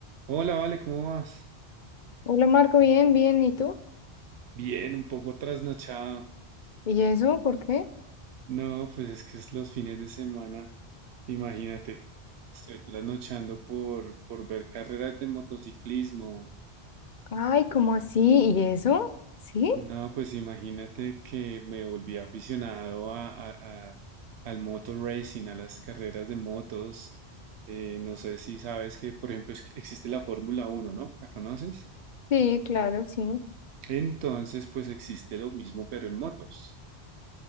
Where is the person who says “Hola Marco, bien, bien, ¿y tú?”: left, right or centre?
Left